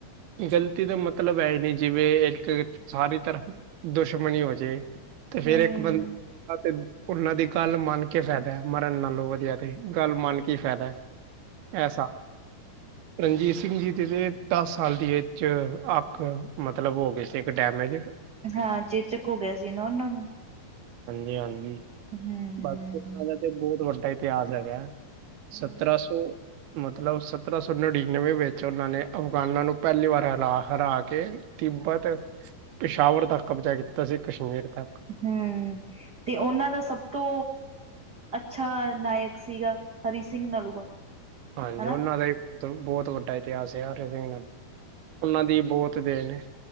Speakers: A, on the right; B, on the right.
A: ਗਲਤੀ ਦਾ ਮਤਲਬ ਐ ਈ ਨੀ ਜਿਵੇਂ ਇੱਕ ਸਾਰੀ ਤਰ ਦੁਸ਼ਮਣੀ ਓ ਜੇ ਤੇ ਫੇਰ
B: ਹੂੰ-ਹੂੰ
A: ਏਕ ਬੰਦਾ ਤੇ ਉੰਨਾਂ ਦੀ ਗੱਲ ਮੰਨ ਕੇ ਫੈਦੈ, ਮਰਨ ਨਾਲੋ ਵਧੀਆ ਤੇ ਗੱਲ ਮੰਨ ਕੇ ਈ ਫੈਦੈ। ਐਸਾ ਰਨਜੀਤ ਸਿੰਘ ਜੀ ਦੇ ਤੇ ਟਸ ਸਾਲ ਦੀ ਏਜ 'ਚ ਅੱਖ ਮਤਲਬ ਓ ਹੋ ਗਈ ਸੀ ਇੱਕ ਡੈਮੇਜ
B: ਹਾਂ ਚੇਚਕ ਹੋ ਗਿਆ ਸੀ ਨਾ ਓਨਾਂ ਨੂੰ
A: ਹਾਂਜੀ ਹਾਂਜੀ,
B: ਹੂੰ।
A: ਬਾਕੀ ਓਨਾਂ ਦਾ ਤੇ ਬੋਤ ਵੱਡਾ ਇਤਿਆਸ ਐਗੈ।
B: ਹੂੰ
A: ਸੱਤਰਾਂ ਸੌ ਮਤਲਬ ਸੱਤਰਾਂ ਸੌ ਨੜਿਨਵੇਂ ਵਿੱਚ ਓਨਾਂ ਨੇ ਅਫਗਾਨਾਂ ਨੂੰ ਪੈਲੀ ਵਾਰ ਹਰਾ ਹਰਾ ਕੇ ਤਿੱਬਤ ਪੀਸ਼ਾਵਰ ਤੱਕ ਕਬਜ਼ਾ ਕੀਤਾ ਸੀ ਕਸ਼ਮੀਰ ਤੱਕ
B: ਹਮ ਤੇ ਓਨਾਂ ਦਾ ਸਭ ਤੋਂ ਅੱਛਾ ਨਾਇਕ ਸੀਗਾ ਹਰੀ ਸਿੰਘ ਨਲੂਆ
A: ਹਾਂਜੀ,
B: ਹਨਾ।
A: ਓਨਾਂ ਦਾ ਈ ਬ ਬੋਤ ਵੱਡਾ ਇਤੀਆਸ ਹੈ ਹਰੀ ਸਿੰਘ ਨਲ ਓਨਾਂ ਦੀ ਬੋਤ ਟੇ ਨੇ